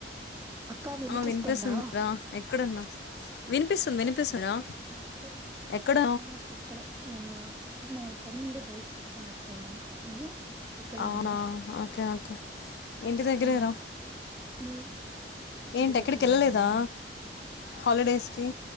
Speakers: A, on the right; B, on the left.
A: అక్క వినిపిస్తుందా
B: ఆ వినిపిస్తుందిరా ఎక్కడున్నా వినిపిస్తుంది వినిపిస్తుందిరా
A: ఇప్పుడే
B: ఎక్కడ
A: ఆ ఇక్కడే ఆ మా పనుండి బయటకు ఒచ్చానక్క నువ్వు ఎక్కడున్నావు
B: అవునా ఓకే ఓకే ఇంటి దగ్గరేర
A: ఉమ్, నువ్వు ఇంటి
B: ఏంటి ఎక్కడికెళ్ళలేదా
A: దగ్గర ఉన్నావా
B: హాలిడేస్కి